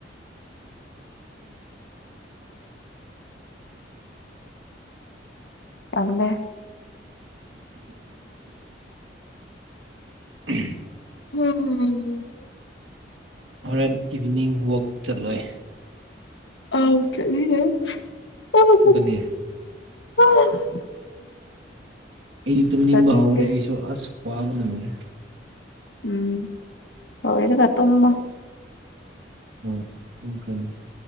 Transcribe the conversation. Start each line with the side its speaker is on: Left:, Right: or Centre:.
Left: ꯇꯜꯂꯦ
Right: <inaudible> ꯎꯝ
Left: ꯍꯝ
Right: ꯍꯣꯔꯦꯟ ꯏꯚꯤꯅꯤꯡ ꯋꯛ ꯆꯠꯂꯣꯏ
Left: ꯑꯥꯎ ꯆꯠꯂꯤꯌꯦ <unintelligible>
Right: ꯆꯠꯀꯅꯤ ꯑꯩꯗꯤ ꯇꯨꯝꯅꯤꯡꯕ
Left: ꯆꯠꯅꯤꯡꯗꯦ
Right: ꯍꯧꯔꯦ ꯑꯩꯁꯨ ꯑꯁ ꯋꯥꯕꯅ ꯂꯣꯏꯔꯦ
Left: ꯎꯝ ꯂꯣꯏꯔꯒ ꯊꯨꯝꯃꯣ
Right: ꯍꯣꯏ ꯇꯨꯝꯈ꯭ꯔꯅꯤ